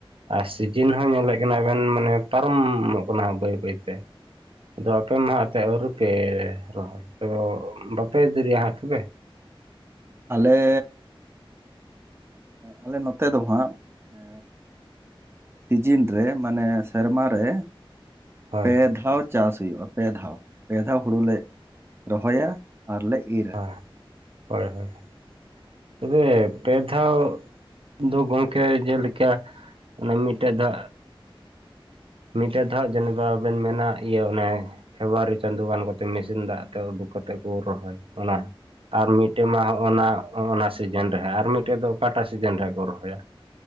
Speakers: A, on the right; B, on the right.
A: ᱟᱨ ᱥᱤᱡᱤᱱ ᱦᱚᱸ ᱧᱮᱞᱮᱫ ᱠᱟᱱᱟᱵᱮᱱ ᱢᱟᱱᱮ ᱯᱟᱨᱚᱢᱚᱜ ᱠᱟᱱᱟ ᱵᱟᱹᱭ ᱵᱟᱹᱭᱛᱮ᱾ ᱟᱫᱚ ᱟᱯᱮ ᱢᱟ ᱮᱱᱛᱮᱫ ᱟᱹᱣᱨᱤ ᱯᱮ ᱨᱚᱦᱚᱭ ᱛᱚ ᱵᱟᱯᱮ ᱫᱤᱨᱤ ᱦᱟᱸᱜ ᱛᱚᱵᱮ?
B: ᱟᱞᱮᱻ ᱟᱞᱮ ᱱᱚᱛᱮ ᱫᱚ ᱦᱟᱸᱜ ᱮᱻ ᱥᱤᱡᱤᱱ ᱨᱮ ᱢᱟᱱᱮ ᱥᱮᱨᱢᱟ ᱨᱮ
A: ᱦᱳᱭ
B: ᱯᱮ ᱫᱷᱟᱣ ᱪᱟᱥ ᱦᱩᱭᱩᱜᱼᱟ ᱯᱮ ᱫᱷᱟᱣ ᱯᱮ ᱫᱷᱟᱣ ᱦᱩᱲᱩ ᱞᱮ ᱨᱚᱦᱚᱭᱟ ᱟᱨ ᱞᱮ ᱤᱨ
A: <inaudible> ᱦᱳᱭ ᱦᱳᱭ ᱛᱚᱵᱮ ᱯᱮ ᱫᱷᱟᱣ ᱫᱚ ᱜᱚᱝᱠᱮ ᱡᱮᱞᱮᱠᱟ ᱚᱱᱮ ᱢᱤᱫᱴᱮᱡ ᱫᱚ ᱢᱤᱫᱴᱮᱱ ᱫᱚ ᱦᱟᱜ ᱡᱮᱱᱚᱵᱮᱱ ᱢᱮᱱᱟ ᱤᱭᱟᱹ ᱚᱱᱮ ᱯᱷᱮᱵᱨᱩᱣᱟᱨᱤ ᱪᱟᱸᱫᱳ ᱜᱟᱱ ᱠᱟᱛᱮ ᱢᱮᱥᱤᱱ ᱫᱟᱜ ᱛᱮ ᱩᱰᱩᱠ ᱠᱟᱛᱮᱫ ᱠᱚ ᱨᱚᱦᱚᱭ ᱚᱱᱟ ᱟᱨ ᱢᱤᱫᱴᱮᱱ ᱢᱟ ᱦᱟᱜ ᱚᱱᱟ ᱚᱱᱟ ᱥᱤᱡᱮᱱ ᱨᱮᱦᱚᱸ ᱟᱨ ᱢᱤᱫᱴᱮᱡ ᱫᱚ ᱚᱠᱟᱴᱟᱜ ᱥᱤᱡᱤᱱ ᱨᱮᱦ ᱠᱚ ᱨᱚᱦᱚᱭᱟ?